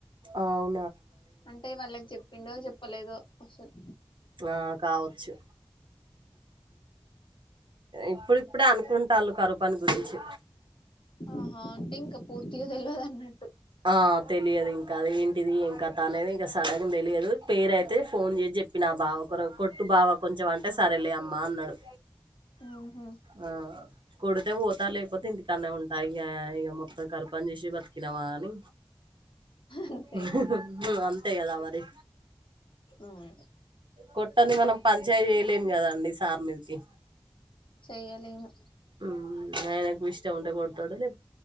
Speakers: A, on the right; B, on the left.
A: అవ్
B: అంటే వాళ్ళకి చెప్పిండో చెప్పలేదో అసల్
A: ఆ కావొచ్చు ఇప్పుడిప్పుడే అనుకుంటాళ్ళు కరుపను గురించి
B: ఆహా అంటే ఇంకా పూర్తిగా తెలివదన్నట్టు
A: ఆ తెలియదింకా అది ఏంటిది ఏం కతనేది ఇంకా సడన్గ తెలియదు పేరైతే ఫోన్ చేసి చెప్ చప్పినా బావ కొర కొట్టు బావ కొంచెం అంటే సరేలేమ్మా అన్నాడు
B: ఆహా
A: ఆ కొడ్తే పోతాలేకపోతే ఇంటి కానే ఉంటాయి ఇగ ఇగ మొత్తం కరిపని చేసి బత్కినామాని
B: అంతే
A: హుహుహ్ అంతే గదా మరి
B: అవును
A: కొట్టన్ది మనం పంచాయ్ చేయలేం కదండి సార్ మీద్కి
B: చెయ్యలేము
A: ఉహ్ ఆయ్నకు ఇష్టం ఉంటే కొడ్తడు లే